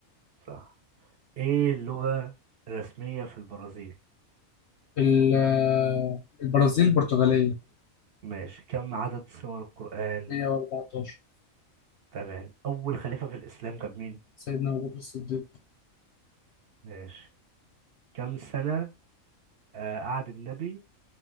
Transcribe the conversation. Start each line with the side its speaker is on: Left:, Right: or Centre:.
Right: صح ايه اللغة الرسمية في البرازيل
Left: ال- آه، البرازيل البرتغاليه
Right: ماشي كم عدد سور القرآن
Left: 114
Right: تمام أول خليفة في الإسلام كان مين
Left: سيدنا أبو بكر الصديق
Right: ماشي كم سنة آه قعد النبي